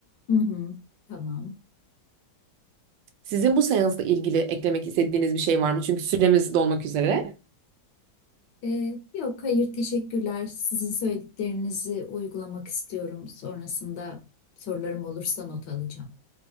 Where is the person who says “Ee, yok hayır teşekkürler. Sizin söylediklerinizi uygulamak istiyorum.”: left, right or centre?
Left